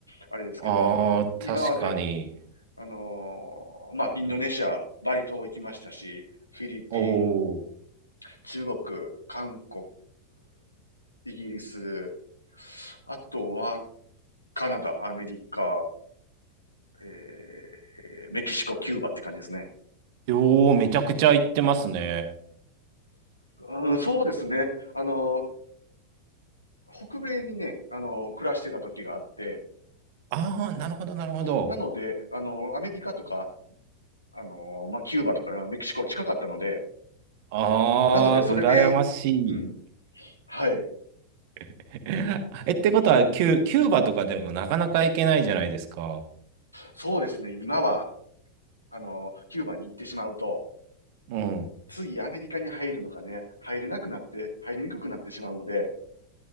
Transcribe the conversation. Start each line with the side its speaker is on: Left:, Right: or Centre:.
Left: あれですけど、
Right: ああ、
Left: 今まで、
Right: 確かに。
Left: あのーまあ、インドネシア、バリ島行きましたし、フィリピン、
Right: おお。
Left: 中国、韓国、イギリス、あとは、カナダ、アメリカ、えーメキシコ、キューバって感じですね。
Right: よー、めちゃくちゃ行ってますね。
Left: うん、そうですね。あの北米にね、あの、暮らしてた時があって、
Right: ああ、なるほど、なるほど。
Left: なので、あの、アメリカとか、あの、まあ、キューバとかメキシコ近かったので、
Right: ああ、
Left: なので、それで、
Right: 羨ましい。
Left: うん、はい。
Right: <laughs> え、ってことは、キュー、キューバとかでもなかなか行けないじゃないですか。
Left: そうですね、今は、あの、キューバに行ってしまうと、
Right: うん。
Left: 次アメリカに入るのがね、入れなくなって、入りにくくなってしまうので、